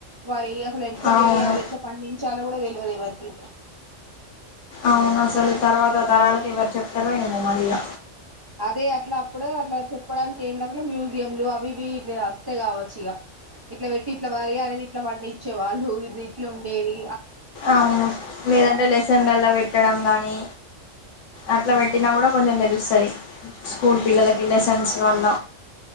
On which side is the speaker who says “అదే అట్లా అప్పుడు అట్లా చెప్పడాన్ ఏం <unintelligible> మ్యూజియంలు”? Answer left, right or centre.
Right